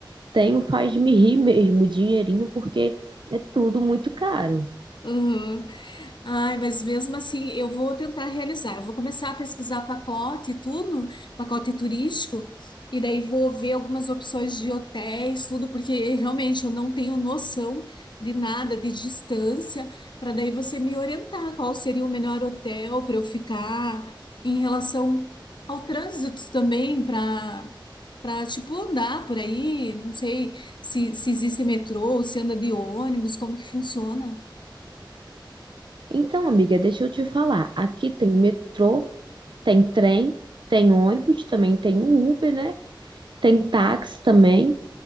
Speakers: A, on the right; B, on the left.
A: tem o faz-me rir mesmo, o dinheirinho, porque é tudo muito caro.
B: Uhum. Ai, mas mesmo assim, eu vou tentar realizar. Eu vou começar a pesquisar pacote e tudo, pacote turístico, e daí vou ver algumas opções de hotéis, tudo, porque realmente eu não tenho noção de nada, de distância, para daí você me orientar qual seria o melhor hotel para eu ficar em relação ao trânsito também, para para tipo andar por aí, não sei se, se existe metrô, se anda de ônibus, como que funciona.
A: Então, amiga, deixa eu te falar. Aqui tem metrô, tem trem, tem ônibus, também tem o Uber, né? Tem táxi também.